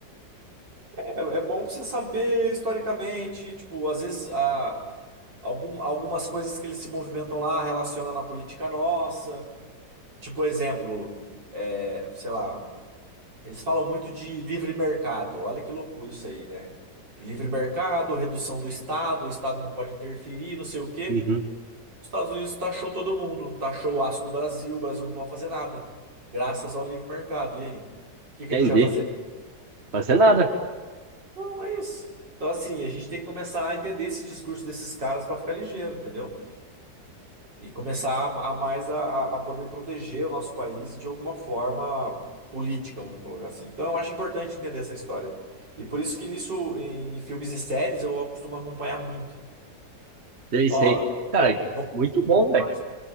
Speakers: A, on the right; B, on the right.
A: é, é bom pra você saber historicamente, tipo, às vezes a, algum- algumas coisas que eles se movimentam lá relaciona na política nossa. Tipo, exemplo, é, sei lá, eles falam muito de livre mercado. Olha que loucura isso aí, né? Que livre mercado, redução do Estado, o Estado não pode interferir, não sei o quê.
B: Uhum.
A: Os Estados Unidos taxou todo mundo, taxou o aço do Brasil, o Brasil não pode fazer nada, graças ao livre mercado. E aí? O que que
B: Entendi.
A: a gente vai fazer?
B: Fazer nada.
A: Não, é isso. Então, assim, a gente tem que começar a entender esse discurso desses caras para ficar ligeiro, entendeu? E começar a, a mais a, a poder proteger o nosso país de alguma forma política, vamos colocar assim. Então eu acho importante entender essa história. E por isso que isso em, filmes e séries eu costumo acompanhar muito.
B: Sei,
A: Ó,
B: sei. Cara,
A: vou,
B: muito bom,
A: vou contar
B: velho.